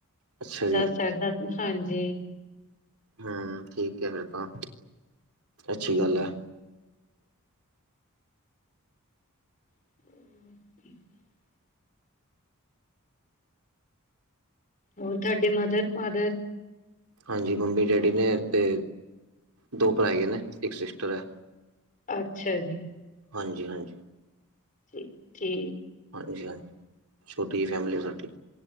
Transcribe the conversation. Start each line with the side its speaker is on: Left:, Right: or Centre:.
Right: ਅੱਛਾ ਜੀ।
Left: ਦਸ ਐਦਾਂ ਹਾਂਜੀ।
Right: ਹਮ ਠੀਕੈ ਫਿਰ ਤਾਂ, ਅੱਛੀ
Left: ਹਮ
Right: ਗੱਲ ਐ।
Left: <unintelligible> ਹੋਰ ਥਾਡੇ ਮਦਰ ਫਾਦਰ
Right: ਹਾਂਜੀ ਮੰਮੀ ਡੈਡੀ ਨੇ ਤੇ ਦੋ ਭਾਈ ਨੇ, ਇੱਕ ਸਿਸਟਰ ਐ।
Left: ਅੱਛਾ ਜੀ।
Right: ਹਾਂਜੀ-ਹਾਂਜੀ।
Left: ਠੀ, ਠੀ
Right: ਹਾਂਜੀ-ਹਾਂ, ਛੋਟੀ ਜੀ ਫੈਮਿਲੀ ਸਾਡੀ।